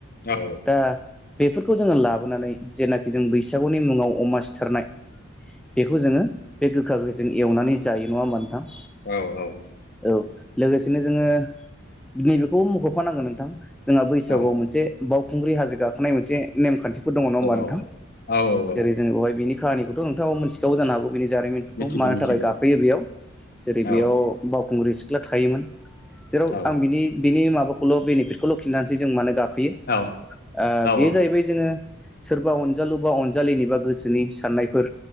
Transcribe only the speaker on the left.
औ
औ औ
औ
औ औ औ
औ
मिथिगौ
मिथिगौ
औ
औ
औ
औ